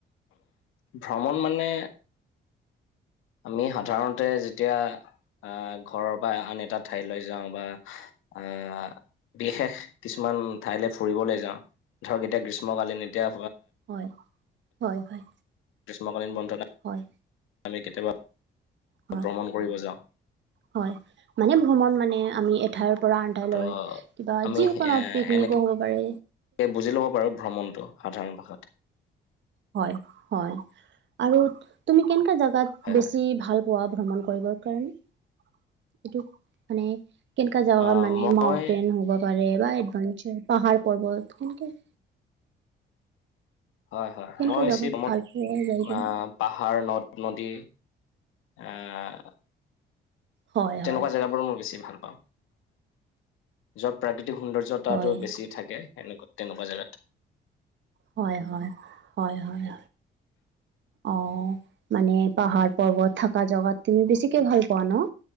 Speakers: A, on the left; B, on the right.
A: ভ্ৰমণ মানে আমি সাধাৰণতে যেতিয়া আহ ঘৰৰ পৰা আন এটা ঠাইলৈ যাওঁ বা আঁহ বিশেষ কিছুমান ঠাইলৈ ফুৰিবলৈ যাওঁ ধৰক এতিয়া গ্ৰীষ্মকালীন এতিয়া
B: হয় হয় হয়।
A: গ্ৰীষ্মকালীন বন্ধত
B: হয়
A: আমি কেতিয়াবা
B: হয়।
A: ভ্ৰমণ কৰিব যাওঁ।
B: হয়, মানে ভ্ৰমণ মানে আমি এঠাইৰ পৰা আন ঠাইলৈ
A: ত
B: কিবা
A: আমি
B: যিকোনো
A: এ
B: পিকনিকো
A: এনেকে
B: হ'ব পাৰে।
A: বুজি ল'ব পাৰো ভ্ৰমণটো সাধাৰণ ভাষাত।
B: হয়-হয়, আৰু তুমি কেনকা জাগাত
A: হয়
B: বেছি
A: হয়
B: ভাল- পোৱা ভ্ৰমণ কৰিবৰ কাৰণে? এইটো মানে কেনকা যেগা
A: আহ
B: মানে
A: মই
B: মাউটেন হ'ব। হ'ব পাৰে বা এডভেঞ্চাৰ পাহাৰ পৰ্বত। <unintelligible>
A: হয়-হয়।
B: কেনেকা
A: মই
B: জেগাত ভাল পোৱা যায়
A: <unintelligible>
B: কেনে
A: পাহাৰ, নদ-নদী আঁহ-
B: হয়
A: তেনেকুৱা
B: হয়
A: জাগাবোৰ মই বেছি ভাল পাওঁ। য'ত প্ৰাকৃতিক সৌন্দৰ্য্যতাটো
B: হয়
A: বেছি- থাকে সেনেকুৱা তেনেকুৱা জাগাত।
B: হয়-হয়, হয়-হয়। অঁহ', মানে পাহাৰ পৰ্বত থকা জাগাত তুমি বেছিকে ভাল পোৱা ন?